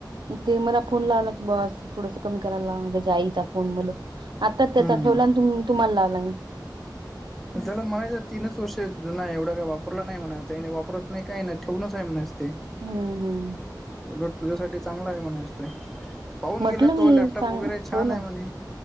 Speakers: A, on the right; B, in the centre.
A: ते मला फोन लावला की बस थोडस कमी करायला लाव त्याच्या आईचा फोन मला आत्ताच त्याचा
B: हम्म
A: ठेवला आणि तुम्हाला लावला मी
B: त्याला म्हणायचं तीनच वर्ष जुना एवढा का वापरला नाही म्हणाय वापरत नाही काय नाही ठेवूनच आहे म्हणच ते
A: हम्म हम्
B: उलट तुझ्यासाठी चांगला आहे म्हणायचं ते पाहून
A: म्हटलं
B: गेला
A: मी
B: तो लॅपटॉप
A: सांग
B: वगैरे छान
A: हो
B: आहे
A: ना
B: म्हणे